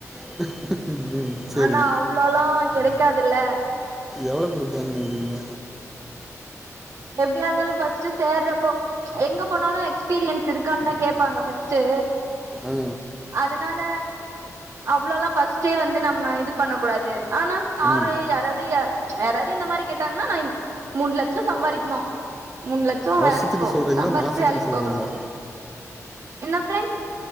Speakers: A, in the centre; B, on the right.
A: <inaudible> சரி
B: ஆனா அவ்ளோல்லாம் கிடைக்காதுல்ல
A: எவ்வளோ கொடுப்பாங்கரீங்க
B: எப்படியா இருந்தாலும் பஸ்ட் சேர்றப்போ எங்க போனாலும் எக்ஸ்பீரியன்ஸ் இருக்கு க்கான் தான் கேப்பாங்க ஃபர்ஸ்ட்டு
A: ஆ
B: அதனால அவ்வளவுல்லாம் பஸ்ட்டே வந்து நம்ம இது பண்ண கூடாது ஆனா சாரு
A: ம்
B: யாராது யாராவது இந்த மாரி கேட்டாங்கன்னா நான் மூண லட்சம் சம்பாதி மூணு லட்சம்
A: வருஷத்துக்கு
B: வேலைக்கு போம்
A: சொல்கிறீங்களா
B: சம்பாரிச்சு
A: மாதத்துக்கு
B: வேலைக்கு
A: சொல்கிறீங்களா
B: போகணும் என்ன பிரெண்ட்